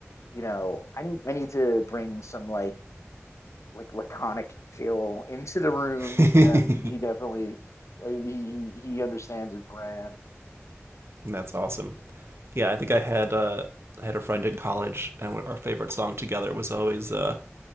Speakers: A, on the left; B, on the right.
A: you know I need I need to bring some like like laconic chill into the room,
B: <laughs>
A: and he definitely uh, he he he understands his brand.
B: That's awesome. Yeah, I think I had uh, I had a friend in college, and our favorite song together was always uh,